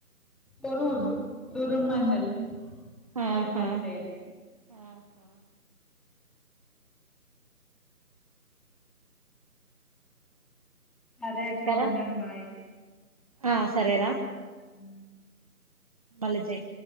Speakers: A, in the centre; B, on the right (about 25°).
A: తురూర్ తురూర్ మండల్
B: ఆహా
A: వరంగల్ సైడ్
B: ఆహా
A: అదే అక్క
B: ఇంకారా
A: ఉండను బాయ్
B: ఆ సరేరా
A: అ
B: మళ్లీ చెయ్